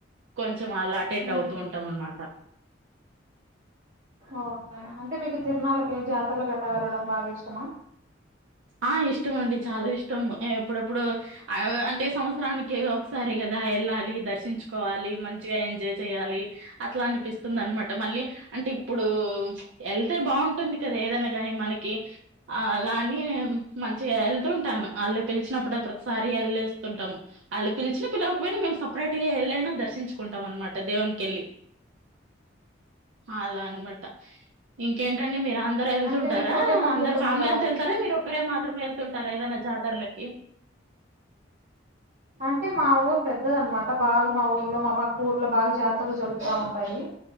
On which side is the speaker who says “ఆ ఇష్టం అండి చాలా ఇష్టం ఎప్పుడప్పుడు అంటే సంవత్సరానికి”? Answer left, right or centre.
Right